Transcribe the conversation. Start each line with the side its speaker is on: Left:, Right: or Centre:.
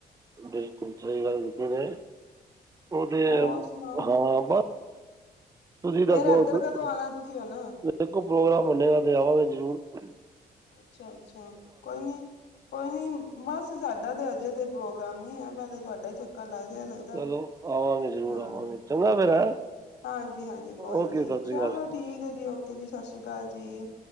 Right: ਬਿਲਕੁਲ ਸਹੀ ਗੱਲ ਕੀਤੀ ਜੇ। ਉਹਦੇ
Left: ਹੋਰ
Right: ਆ
Left: ਸੁਣਾਓ
Right: ਹਾ ਬ ਤੁਸੀਂ ਦੱਸੋ
Left: ਫੇਰ ਇੱਧਰ
Right: <unintelligible>
Left: ਕਦੋਂ ਆਉਣਾ ਤੁਸੀਂ ਹੁਣ
Right: ਪ੍ਰੋਗਰਾਮ ਬਣੇਗਾ ਤੇ ਆਵਾਂਗੇ ਜਰੂਰ।
Left: ਅੱਛਾ, ਅੱਛਾ ਕੋਈ ਨਹੀਂ, ਕੋਈ ਨਹੀਂ ਬਸ ਸਾ ਤੇ ਅਜੇ ਤੇ ਪ੍ਰੋਗਰਾਮ ਨੀ ਐ। ਪੇਲੇ ਤੁਹਾਡਾ ਹੀ ਚੱਕਰ ਲੱਗਜੇ ਜੇ ਲੱਗਦੈ,
Right: ਚਲੋ ਆਵਾਂਗੇ ਜ਼ਰੂਰ
Left: ਹਾਂ।
Right: ਆਵਾਂਗੇ ਚੰਗਾ ਫਿਰ ਹੈਂ
Left: ਹਾਂਜੀ, ਹਾਂਜੀ, ਕੋਈ
Right: ਓਕੇ
Left: ਨੀ
Right: ਸਤਿ ਸ਼੍ਰੀ
Left: ਚਲੋ
Right: ਅਕਾਲ ਸਤਿ
Left: ਠੀਕ ਏ ਜੀ, ਓਕੇ ਜੀ, ਸਤਿ ਸ਼੍ਰੀ ਅਕਾਲ ਜੀ। <inaudible>